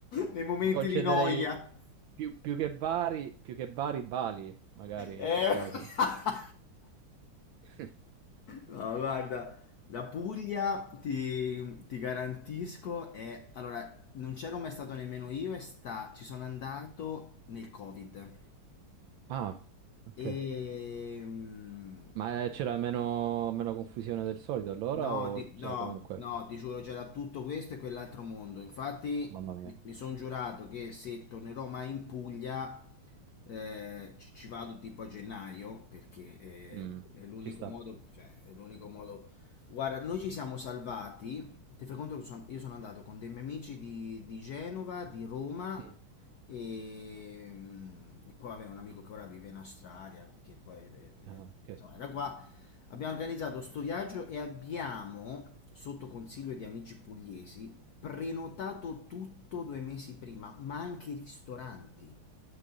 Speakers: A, on the left (about 80°); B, on the right (about 75°).
A: Nei momenti
B: mi concederei
A: di noia.
B: più, più che Bari, più che Bari, Bali, magari
A: Eh,
B: in quel caso.
A: <laughs>
B: <laughs>
A: No, guarda, la Puglia ti, ti garantisco è... Allora, non c'ero mai stato nemmeno io e sta, ci sono andato nel Covid.
B: Ah, ok.
A: E... mm,
B: Ma eh, c'era meno, meno confusione del solito allora
A: No,
B: o
A: ti,
B: c'era
A: no,
B: comunque?
A: no, ti giuro, c'era tutto questo e quell'altro mondo. Infatti,
B: Mamma mia.
A: mi, sono giurato che se tornerò mai in Puglia, eh, ci, ci vado tipo a gennaio, perché eh,
B: Mm,
A: è l'unico
B: ci sta.
A: modo, cioè, è l'unico modo. Guarda, noi ci siamo salvati. Ti fai conto che son- io sono andato con dei miei amici di, di Genova, di Roma
B: Mm.
A: e, mm, poi vabbè, un amico che ora vive in Australia, che poi eh,
B: Ah,
A: eh,
B: ok.
A: insomma, era qua. Abbiamo organizzato sto viaggio e abbiamo, sotto consiglio di amici pugliesi, prenotato tutto due mesi prima, ma anche i ristoranti.